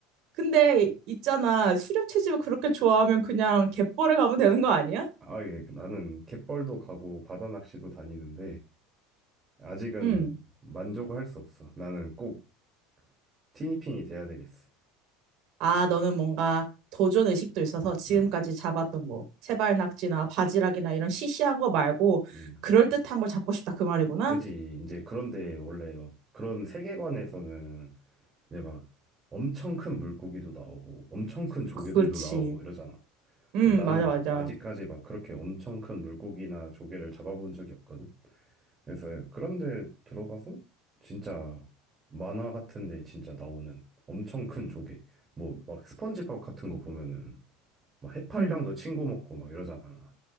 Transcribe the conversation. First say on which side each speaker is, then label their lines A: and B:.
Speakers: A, on the right (about 60°); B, on the right (about 25°).
A: 근데 있잖아. 수렵 채집을 그렇게 좋아하면 그냥 갯벌에 가면 되는 거 아니야?
B: 아 예, 그 나는 갯벌도 가고 바다 낚시도 다니는데 아직은
A: 응.
B: 만족을 할 수 없어. 나는 꼭 티니핑이 돼야 되겠어.
A: 아, 너는 뭔가 도전 의식도 있어서 지금까지
B: 음,
A: 잡았던 뭐 세발낙지나 바지락이나 이런 시시한 거 말고
B: 음.
A: 그럴듯한 걸 잡고 싶다 그 말이구나?
B: 그지. 이제 그런데 원래 막 그런 세계관에서는 이제 막 엄청 큰 물고기도 나오고 엄청 큰 조개들도
A: 그렇지.
B: 나오고 이러잖아.
A: 응,
B: 근데 나는
A: 맞아, 맞아.
B: 아직까지 막 그렇게 엄청 큰 물고기나 조개를 잡아본 적이 없거든. 그래서 그런데 들어가서 진짜 만화 같은데 진짜 나오는 엄청 큰 조개. 뭐 막 스펀지밥 같은 거 보면은 막 해파리랑도
A: 응.
B: 친구 먹고 막 이러잖아.